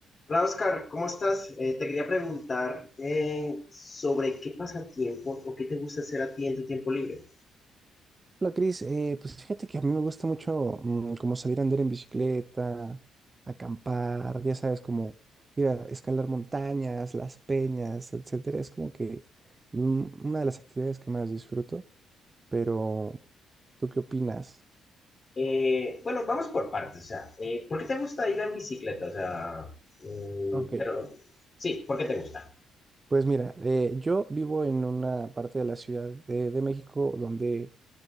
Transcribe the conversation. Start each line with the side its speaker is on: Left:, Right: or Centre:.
Left: Hola Oscar, ¿cómo estás? Eh, te quería preguntar eh, sobre qué pasatiempo o qué te gusta hacer a ti en tu tiempo libre.
Right: Hola Cris, Eh, pues fíjate que a mí me gusta mucho mm, como salir a andar en bicicleta, acampar, ya sabes, como ir a escalar montañas, las peñas, etcétera. Es como que un- una de las actividades que más disfruto, pero ¿tú qué opinas?
Left: Eh, bueno, vamos por partes, o sea, eh, ¿por qué te gusta ir en bicicleta? O sea, mm,
Right: Ok,
Left: pero sí, ¿por qué te gusta?
Right: pues mira, eh, yo vivo en una parte de la Ciudad de, de México donde